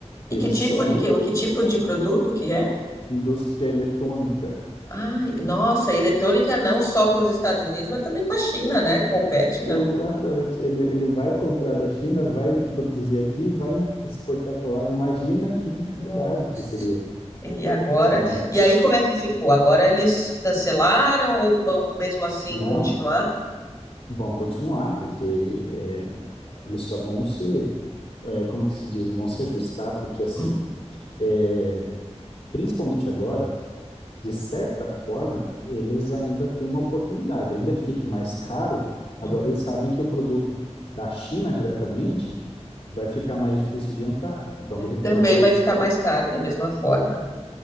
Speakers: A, on the left; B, on the left.
A: eles
B: E que tipo
A: são
B: de, que, que tipo de produto que é?
A: indústria eletrônica.
B: Ai, nossa, eletrônica não só com os Estados Unidos, mas também com a China, né? Compete, não.
A: Exatamente. Ele, ele vai comprar da China, vai produzir aqui, vai exportar para lá. Imagina que dificuldade
B: Nossa,
A: que seria.
B: e agora?
A: Não,
B: E aí, como é que ficou? Agora eles cancelaram ou vão mesmo assim
A: não.
B: continuar?
A: Vão continuar, porque é, eles só vão se, é, como que se diz, vão se ajustar, porque assim,
B: Uhum,
A: é, principalmente agora, de certa forma, eles ainda têm uma oportunidade. Ainda que fique mais caro, agora
B: uhum.
A: eles sabem que o produto da China diretamente vai ficar mais difícil de entrar. Então, de repente,
B: Também
A: o produto
B: vai ficar mais caro da mesma forma, né?